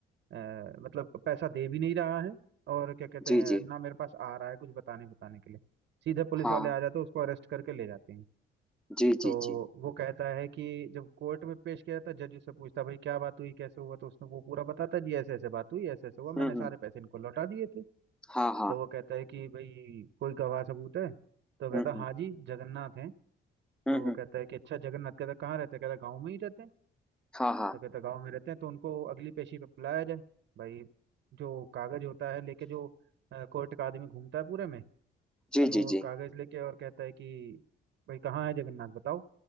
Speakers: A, on the right; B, in the centre.
A: अ, मतलब पैसा दे भी नहीं रहा है और क्या कहते
B: जी
A: हैं
B: जी
A: ना मेरे पास आ रहा है कुछ बताने बताने के लिए सीधे पुलिस
B: हाँ
A: वाले
B: हाँ
A: आ जाते हैं उसको अरेस्ट करके ले जाते हैं
B: जी
A: तो
B: जी जी
A: वो कहता है कि जब कोर्ट में पेश किया जाता है जज उससे पूछता है, भाई क्या बात हुई कैसे हुआ तो उसने वो पूरा बताता है, जी ऐसे ऐसे बात हुई ऐसे ऐसे हुआ मैंने
B: हम्म
A: सारे
B: हम्म
A: पैसे इनको लौटा दिए थे
B: हाँ हाँ
A: तो वो कहता है कि भाई कोई गवाह सबूत है तो कहता
B: हम्म हम्म
A: है हाँ जी जगन्नाथ हैं
B: हम्म
A: तो वो
B: हम्म
A: कहता है कि अच्छा जगन्नाथ कहता है कहाँ रहते हैं कहता है गाँव में ही रहते हैं
B: हाँ हाँ
A: तो कहता है गाँव में रहते हैं तो उनको अगली पेशी पे बुलाया जाए भाई जो कागज होता है लेके जो अ, कोर्ट का आदमी घूमता है पूरे में
B: जी
A: वो
B: जी जी
A: कागज लेके और कहता है कि भाई कहाँ है जगन्नाथ बताओ